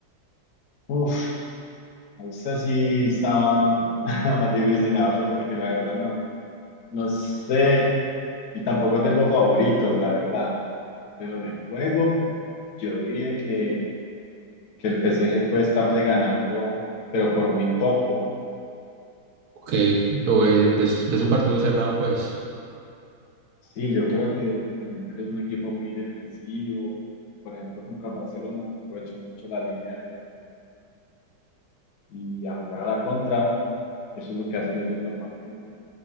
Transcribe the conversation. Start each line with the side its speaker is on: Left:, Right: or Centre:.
Left: Uf, esta sí estaba <laughs> más difícil abajo, porque la verdad no, no sé, y tampoco tengo favoritos, la verdad, pero de juego, yo diría que, que el PSG puede estarle ganando, pero por muy poco.
Right: Ok, lo ves,
Left: Yo
Right: ves, ves un partido cerrado, pues.
Left: Sí, yo creo que pues, el Inter es un equipo muy defensivo, que por ejemplo contra el Barcelona aprovechó mucho la línea de y a jugar a la contra, eso es lo que hacen ellos normalmente.